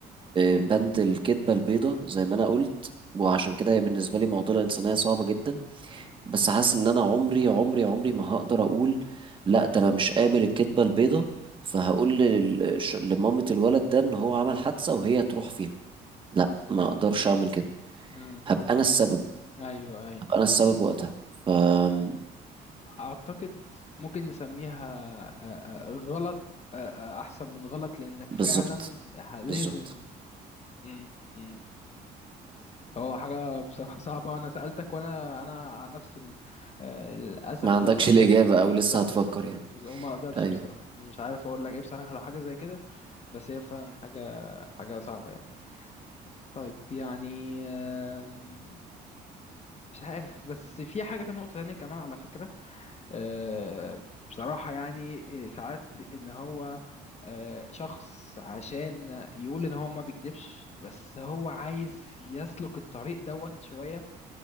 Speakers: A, on the right; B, on the left.
A: بند الكذبة البيضة زي ما أنا قلت وعشان
B: مم.
A: كده هي بالنسبة لي معضلة إنسانية صعبة جدا
B: مم.
A: بس حاسس إن أنا عمري عمري عمري ما هقدر أقول لأ ده أنا مش قابل الكذبة البيضة فهقول لل- ش- لمامة الولد ده إن هو عمل حادثة وهي تروح فيها لأ ما أقدرش أعمل كده
B: مم.
A: هبقى أنا السبب
B: ايوه ايوه
A: هبقى أنا السبب وقتها أم،
B: اعتقد ممكن نسميها آه، آه، غلط آه، آه، احسن من غلط لانك
A: بالظبط
B: فعلا ه- لازم
A: بالظبط
B: مم. مم. هو حاجه بصراحه صعبه وانا سالتك وانا انا عن نفسي م- آه، للاسف
A: ما عندكش
B: لو سالت
A: الإجابة أو
B: بالظبط
A: لسه هتفكر يعني
B: بس ما اقدرش
A: أيوه
B: بصراحه مش عارف اقول لك ايه بصراحه لو حاجه زي كده بس هي فعلا حاجه حاجه صعبه يعني طيب يعني آم، مش عارف بس في حاجه كان نقطه تانية كمان على فكره آه، بصراحة يعني آه، ساعات ان هو آه، شخص عشان يقول ان هو ما بيكدبش بس هو عايز يسلك الطريق دوت شوية